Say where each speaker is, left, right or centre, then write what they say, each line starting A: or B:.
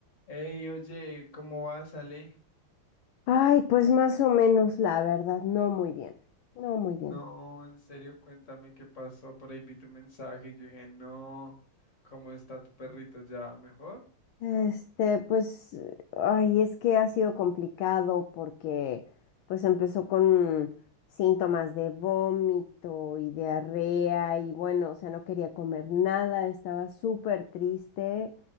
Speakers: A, on the left; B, on the left.
A: Ey, oye, ¿cómo vas, Ale?
B: Ay, pues más o menos, la verdad, no muy bien, no muy
A: No,
B: bien.
A: en serio, cuéntame qué pasó. Por ahí vi tu mensaje y yo dije, no, ¿cómo está tu perrito ya? ¿Mejor?
B: Este, pues, eh, ay, es que ha sido complicado porque, pues, empezó con síntomas de vómito y diarrea y bueno, o sea, no quería comer nada, estaba súper triste,